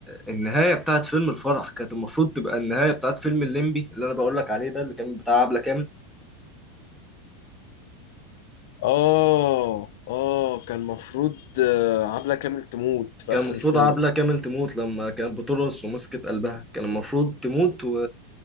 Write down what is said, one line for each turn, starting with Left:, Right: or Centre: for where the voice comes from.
Centre: النهاية بتاعت فيلم الفرح كانت المفروض تبقى النهاية بتاعت فيلم الليمبي اللي انا بقول لك عليه ده اللي كان بتاع عبلة كامل
Left: اه اه كان مفروض آه، عبلة كامل تموت في
Centre: كان
Left: اخر
Centre: المفروض
Left: الفيلم
Centre: عبلة كامل تموت لما كانت بترقص ومسكت قلبها كان المفروض تموت و...